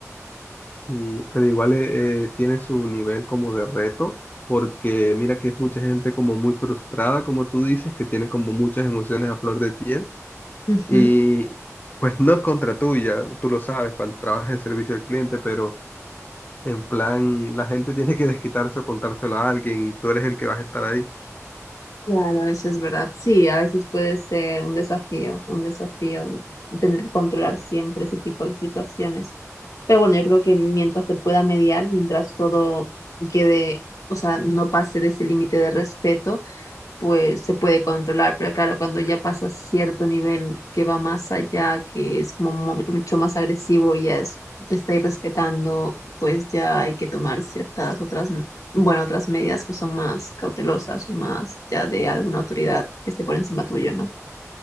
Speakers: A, on the left; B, on the left.
A: Sí, pero igual eh, eh, tiene su nivel como de reto, porque mira que es mucha gente como muy frustrada, como tú dices, que tiene como muchas emociones a flor de piel
B: Ujú.
A: y pues no es contra tuya, tú lo sabes cuando trabajas en servicio al cliente, pero en plan la gente tiene que desquitarse o contárselo a alguien y tú eres el que vas a estar ahí.
B: Claro, eso es verdad. Sí, a veces puede ser un desafío, un desafío tener que controlar siempre ese tipo de situaciones. Pero bueno, yo creo que mientras se pueda mediar, mientras todo quede, o sea, no pase de ese límite de respeto, pues se puede controlar, pero claro, cuando ya pasa cierto nivel que va más allá, que es como mu- mucho más agresivo, ya es, te está irrespetando, pues ya hay que tomar ciertas otras, m- bueno, otras medidas que son más cautelosas o más ya de alguna autoridad que esté por encima tuyo, ¿no?